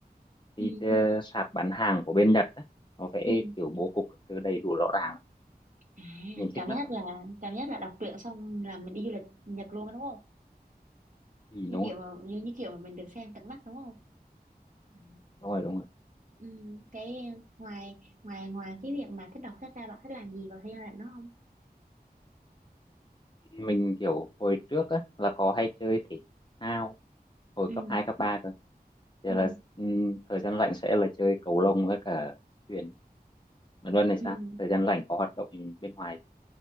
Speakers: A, on the right; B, on the left.
A: ừ
B: cái ờ,
A: ừ
B: sạp bán hàng của bên Nhật á nó vẽ
A: ừ
B: kiểu bố cục các thứ đầy đủ rõ ràng
A: à
B: nhìn
A: cảm
B: thích
A: giác
B: mắt lắm
A: là cảm giác là đọc truyện xong là mình đi du lịch Nhật luôn á, đúng không
B: Ừ,
A: như
B: đúng
A: kiểu
B: rồi
A: mà như, như kiểu mà mình được xem tận mắt đúng không à.
B: đúng rồi đúng rồi
A: ừ cái ngoài ngoài ngoài cái việc mà thích đọc sách ra bạn thích làm gì vào thời gian rảnh đó không
B: mình kiểu hồi trước á là có hay chơi thể thao hồi
A: ừ
B: cấp 2 cấp 3 cơ giờ
A: ừ
B: là ừm, thời gian rảnh sẽ là chơi cầu lông với cả thuyền bạn Luân này sao
A: ừ
B: thời gian rảnh có hoạt động bên ngoài